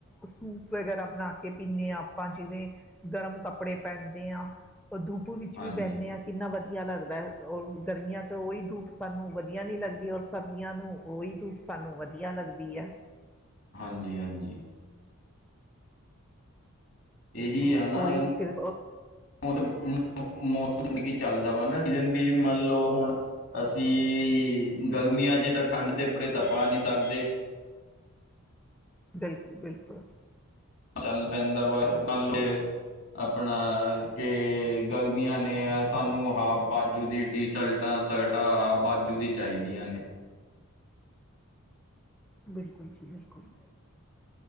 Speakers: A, in the centre; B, on the left (about 60°).
A: ਸੂਪ ਵਗੈਰਾ ਬਣਾ ਕੇ ਪੀਂਨੇ ਆ ਆਪਾਂ ਜਿਵੇਂ ਗਰਮ ਕੱਪੜੇ ਪਹਿਨਦੇ ਆਾਂ ਉਹ ਧੂਪੂ ਵਿੱਚ
B: ਹਾਂਜੀ,
A: ਵੀ ਬਹਿੰਦੇ ਹਾਂ। ਕਿੰਨਾ ਵਧੀਆ ਲੱਗਦਾ ਔਰ ਗਰਮੀਆਂ 'ਚੋਂ ਉਹੀ ਧੂਪ ਸਾਨੂੰ ਵਧੀਆ ਨੀ ਲੱਗਦੀ ਔਰ ਸਬਜ਼ੀਆਂ ਨੂੰ ਉਹੀ ਧੂੱਪ ਸਾਨੂੰ ਵਧੀਆ ਲੱਗਦੀ ਹੈ।
B: ਹਾਂਜੀ-ਹਾਂਜੀ। ਇਹੀ
A: <inaudible>
B: ਆ ਨਾ
A: ਓਹੀ ਫਿਰ,
B: ਮੌਸਮ -ਮੌਸਮ ਕੀ ਚੱਲਦਾ ਵਾ ਨਾ ਸੀਜਨ ਵੀ ਮੰਨ ਲਓ ਹੁਣ ਅਸੀਂ ਗਰਮੀਆਂ 'ਚ ਤਾਂ ਠੰਡ ਦੇ ਕੱਪੜੇ ਤਾਂ ਪਾ ਨਹੀਂ ਸਕਦੇ।
A: ਬਿਲਕੁਲ-ਬਿਲਕੁਲ।
B: ਚੱਲ ਪੈਂਦਾ ਵਾ। ਮੰਨ ਲਓ ਆਪਣਾ ਕਿ, ਗਰਮੀਆਂ ਨੇ ਸਾਨੂੰ ਹਾਫ ਬਾਜੂ ਦੀ ਟੀ ਸ਼ਲਰਟਾਂ ਸਰਟਾਂ ਹਾਫ ਬਾਜੂ ਦੀਆਂ ਚਾਹੀਦੀਆਂ ਨੇ।
A: ਬਿਲਕੁਲ ਜੀ ਬਿਲਕੁਲ।